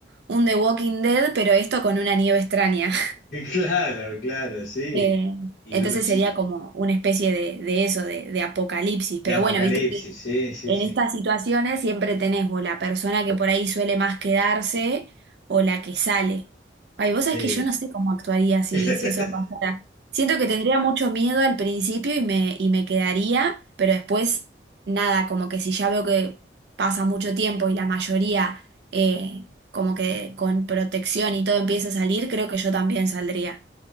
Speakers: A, on the right (about 65°); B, on the left (about 55°).
A: un The Walking Dead, pero esto con una nieve extraña.
B: <laughs> Claro, claro, sí.
A: Eh,
B: Y
A: entonces
B: uh, sí,
A: sería como una especie de, de eso, de, de apocalipsis. Pero
B: de apocalipsis,
A: bueno, viste que
B: sí, sí,
A: en
B: sí.
A: estas situaciones siempre tenés o la persona que por ahí suele más quedarse o la que sale. Ay, vos
B: Sí.
A: sabés que yo no sé cómo actuaría si,
B: <laughs>
A: si eso pasara. Siento que tendría mucho miedo al principio y me, y me quedaría, pero después nada, como que si ya veo que pasa mucho tiempo y la mayoría eh, como que con protección y todo empieza a salir, creo que yo también saldría.